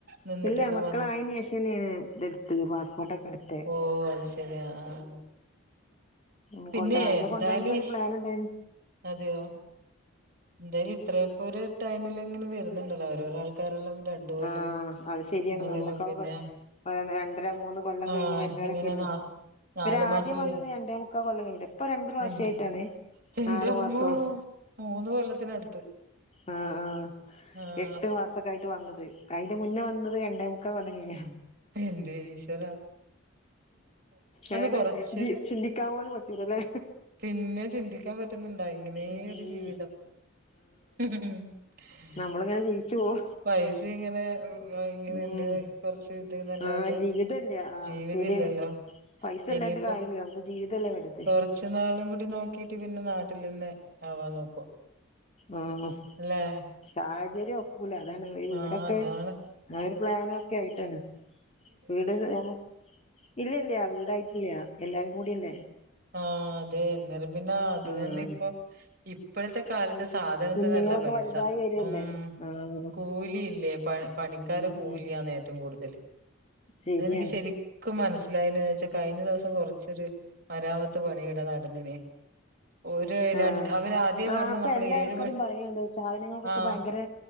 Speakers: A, on the right (about 45°); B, on the left (about 30°).
A: നിന്നിട്ടെല്ലാം
B: ഇല്ല മക്കളായെന്
A: വന്നിട്ട്
B: ശേഷന്നെണ് ഇതെട്ത്തത് പാസ്പോർട്ടൊക്കെ എടുത്തെ
A: ഓ അത് ശരി ആ ആ
B: ഉഹ്
A: പിന്നെ
B: കൊണ്ട അന്ന്
A: എന്തായാലും
B: കൊണ്ടൊണന്നൊരു പ്ലാന്ണ്ടെയ്നി.
A: അതെയോ. ന്തായാലും ഇത്രയപ്പോ ഒരു ടൈമിലങ്ങനെ വരുന്നുണ്ടല്ലോ ഓരോരാൾ ഒരെല്ലം രണ്ടുവൊല്ലം
B: ആഹ് അത് ശരിയാണ്
A: മൂന്നാല്ലാം..
B: നമ്മളെക്കാളും
A: പിന്നെ
B: കഷ് രണ്ടര മൂന്ന് കൊല്ലം
A: ആ
B: കഴിഞ്ഞ് വരുന്നവരൊക്കെയില്ലേ,
A: ഇങ്ങനെ ന നാലു
B: ഇവര് ആദ്യം
A: മാസല്ലേ
B: വന്നത് രണ്ടേമു ക്കാ കൊല്ലം കഴിഞ്ഞിലെ? ഇപ്പൊ രണ്ട്പ്രാവശ്യയിട്ടാണ്
A: എന്റെ എന്റെ
B: ആറു
A: അമ്മോ
B: മാസം
A: മൂന്ന് കൊല്ലത്തിനടുത്ത്
B: ആഹ് ആഹ്
A: ആ
B: എട്ട്
A: അപ്പൊ
B: മാസ ക്കായിട്ട് വന്നത്. അയ്ന്റെ മുന്നെ വന്നത് രണ്ടേമുക്കാ കൊല്ലം കഴിഞ്ഞ്
A: എന്റെ ഈശ്വര
B: ഏതായാലും
A: കൊറച്ചൊരു
B: ചിന്തിക്കാൻ പോലും പറ്റൂലലെ.
A: പിന്നെ ചിന്തിക്കാൻ പറ്റുന്നുണ്ടോ ഇങ്ങനെയൊരു
B: ഉം
A: ജീവിതം മം
B: നമ്മള്ങ്ങനെ ജീവിച്ചു പോവ
A: പൈസയിങ്ങനെ ഉം ഇങ്ങനെണ്ട്
B: ഉം
A: കൊറ്ച്ച് കിട്ടീന്നല്ലാണ്ട്
B: ആഹ് ജീവിതല്ല ആഹ്
A: ജീവിത
B: ശരിയാണ്
A: ഇല്ലല്ലോ
B: പൈസ
A: ഇനിയ്പ്പോ
B: ഇല്ലാഞ്ഞിട്ട് കാര്യല്ല നമുക്ക് ജീവിതല്ലേ വലുത്
A: കൊറച്ച് നാളും കൂടി നോക്ക ക്കിട്ട് പിന്നെ നാട്ടിലന്നെ ആവാൻ നോക്കുവ
B: ആഹ്
A: അല്ലെ
B: സാഹചര്യം ഒക്കൂല അതാണ് ഈ
A: ആഹ്
B: വീടൊക്കെ
A: അതാണ്
B: ആ ഒരു പ്ലാനൊക്കയ്ട്ടാണ് വീട് നമ ഇല്ലല്യ വീടായിട്ടില്യാ എല്ലാരും കൂടി‌യല്ലേ.
A: ആഹ് അതെ ന്നേരം പിന്നെ ആദ്യം
B: ആഹ്
A: തന്നെ ഇപ്പൊ ഇപ്പഴത്തെ കാലത്ത് സാധനത്തിനല്ല
B: കുഞ്ഞുങ്ങളൊക്കെ
A: പൈസ
B: വലുതായി വരല്ലേ
A: ഉം
B: ആഹ്
A: കൂലിയില്ലേ പ പണിക്കാറേ
B: ഉം
A: കൂലിയാന്ന് ഏറ്റവും കൂടുതൽ
B: ശരിയാണ്
A: അതെനിക്ക് ശരി ക്കും മനസിലായിനവെച്ചാ കഴിഞ്ഞ ദേവസം കൊറച്ചൊരു മരാമത്ത് പണിയിടെ നടന്ന്നി. ഒര്
B: ആഹ്
A: രണ്ട് അവര് ആദ്യേ
B: ആഹ്
A: പറഞ്ഞു
B: ഇപ്പൊ
A: നമ്മൾ
B: എല്ലാ
A: ഏഴ്
B: ആൾക്കാരും
A: മണി
B: പറയണ്ട് സാധനങ്ങൾക്കൊക്കെ
A: ആഹ്
B: ഭയങ്കര